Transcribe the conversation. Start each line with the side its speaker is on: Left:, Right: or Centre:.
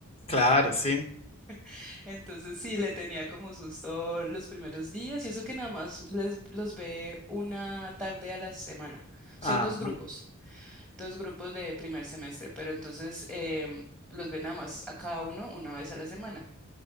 Left: claro, sí.
Centre: <laughs> Entonces sí, le tenía como susto los primeros días y eso que nada más les, los ve una tarde a la semana.
Left: Ajá,
Centre: Son dos grupos, dos grupos de primer semestre, pero entonces em, los ve nada más a cada uno una vez a la semana.